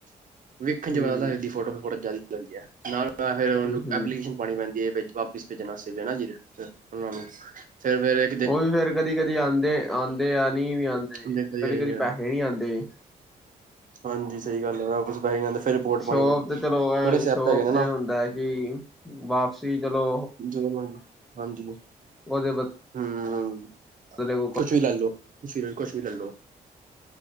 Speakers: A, on the right; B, in the centre.
A: ਵੇਖਣ
B: ਹੂੰ-ਹੂੰ,
A: ਚ ਪਤਾ ਲੱਗਦਾ ਫੋਟੋ ਤੋ ਫੋਟੋ ਜ਼ਿਆਦੀ ਹੈ ਨਾਲ ਤਾਂ ਫੇਰ ਉਹਨੂੰ
B: ਹੂੰ
A: ਐਪਲੀਕੇਸ਼ਨ ਪਾਂਣੀ ਪੈਂਦੀ ਐ ਵਾਪਿਸ ਭੇਜਣ ਆਸਤੇ ਵੀ ਐ ਨਾ ਜੀ। ਓਨਾ ਨੁੰ ਫੇਰ ਮੇਰੇ
B: ਓ ਵੀ ਫੇਰ ਕਦੀ-ਕਦੀ ਆਂਦੇ-ਆਂਦੇ ਆ ਨਈ ਵੀ ਆਂਦੇ
A: ਦੇਖੋ ਜੀ।
B: ਕਦੀ-ਕਦੀ ਪੈਸੇ ਨੀ ਆਂਦੇ।
A: ਹਾਂਜੀ ਸਈ ਗੱਲ ਐ ਵਾਪਸ ਪੈ ਜਾਂਦੇ। ਫੇਰ ਰਿਪੋਰਟ ਪਾਣੀ
B: ਸ਼ੋਪ
A: ਪਏ
B: ਤੇ ਚਲੋ ਐ
A: ਬੜੇ ਸਿਆਪੇ
B: ਸ਼ੋਪ
A: ਹੈਗੇ ਨੇ
B: ਤੇ
A: ਨਾ
B: ਹੁੰਦਾ ਹੈ ਕਿ ਵਾਪਸੀ ਚਲੋ
A: ਜਦੋਂ ਹਾਂਜੀ।
B: ਵਧੀਆ ਵ
A: ਹੂੰ- ਹੂੰੰ।
B: <inaudible>
A: ਕੁਛ ਵੀ ਲੈਲੋ ਕੁਛ ਵੀ, ਕੁਛ ਵੀ ਲੈਲੋ।